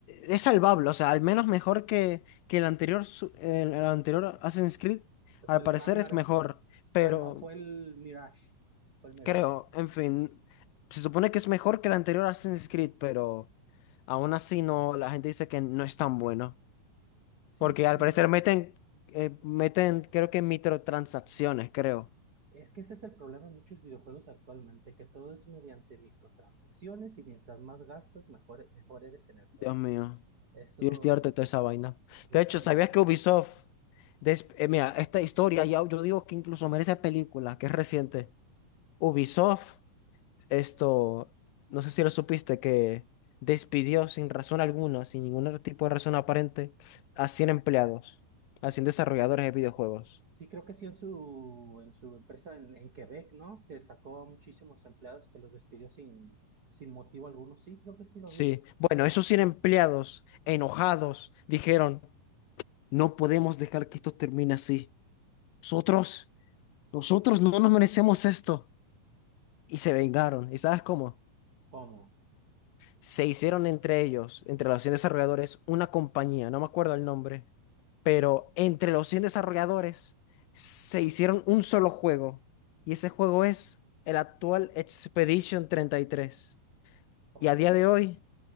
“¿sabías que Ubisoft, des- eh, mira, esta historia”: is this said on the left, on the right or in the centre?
Left